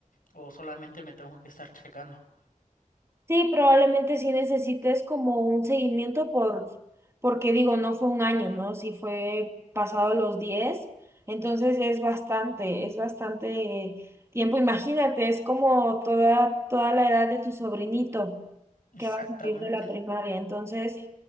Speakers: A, on the left (about 80°); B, on the right (about 20°).
A: o solamente me tengo que estar checando.
B: Sí, probablemente sí necesites como un seguimiento por, porque digo, no fue un año, ¿no? Sí fue pasado los diez entonces es bastante, es bastante tiempo. Imagínate, es como toda, toda la edad de tu sobrinito
A: Exactamente.
B: que va a salir de la primaria, entonces